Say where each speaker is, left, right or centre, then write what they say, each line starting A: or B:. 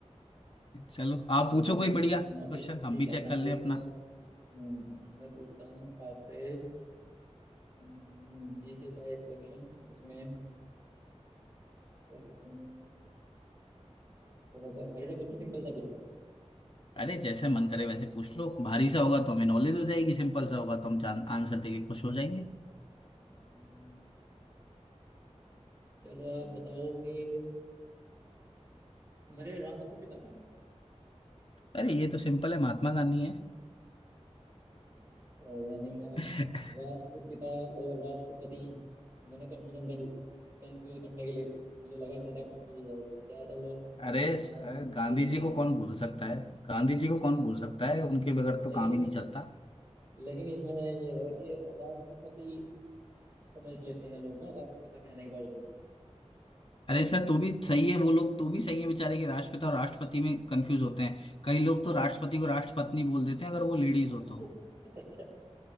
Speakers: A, on the left (about 50°); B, on the right (about 25°).
A: चलो आप
B: चलिए
A: पूछो
B: मैं
A: कोई
B: पूछ
A: बढ़िया क्वेश्चन
B: मैं पूछ ठीक
A: हम भी
B: है
A: चेक
B: मैं
A: कर
B: पूछता
A: लें अपना
B: हूँ हम्म, मैं पूछता हूँ आपसे हम्म, जीके का एक क्वेश्चन जिसमें क्या पूछूं थोड़ा सा भारी सा पूछूं सिंपल सा पूछूं
A: अरे जैसे मन करे वैसे पूछ लो भारी सा होगा तो हमें नॉलेज हो जाएगी सिंपल सा होगा तो हम जान आंसर देके खुश हो जाएंगे
B: हम्म, चलो आप बताओ कि हमारे राष्ट्रपिता कौन है
A: अरे ये तो सिंपल है महात्मा गांधी है
B: अच्छा यानी आप
A: <laughs>
B: राष्ट्रपिता और राष्ट्रपति मैंने कंफ्यूजन कंफ्यूज करने के लिए मुझे लगा है शायद आप कंफ्यूज हो जाओगे ज्यादातर लोग
A: अरे सर,
B: अ,
A: गांधी
B: ये करते
A: जी
B: हैं
A: को कौन भूल सकता है गांधी
B: हम्म।
A: जी को कौन भूल सकता है उनके बगैर तो
B: लेकिन
A: काम ही नहीं चलता
B: लेकिन इसमें ये है कि राष्ट्रपति समझ लेते हैं लोग ना राष्ट्रपिता कहने के बावजूद
A: अरे सर तो भी सही है वो लोग तो भी सही है बेचारे के राष्ट्रपिता और राष्ट्रपति में कंफ्यूज होते हैं कई लोग
B: हाँ
A: तो राष्ट्रपति को राष्ट्रपत्नी बोल देते हैं अगर वो लेडीज
B: <laughs>
A: हो तो
B: अच्छा <laughs>